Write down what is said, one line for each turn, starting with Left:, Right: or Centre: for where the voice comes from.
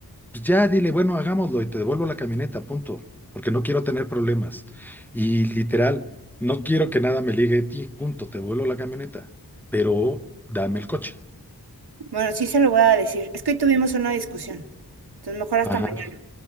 Centre: pues ya dile, bueno, hagámoslo y te devuelvo la camioneta, punto, porque no quiero tener problemas. Y literal, no quiero que nada me ligue a ti, punto, te devuelvo la camioneta, pero dame el coche.
Right: Bueno, sí se lo voy a decir. Es que hoy tuvimos una discusión. Entonces mejor hasta
Centre: Ajá.
Right: mañana.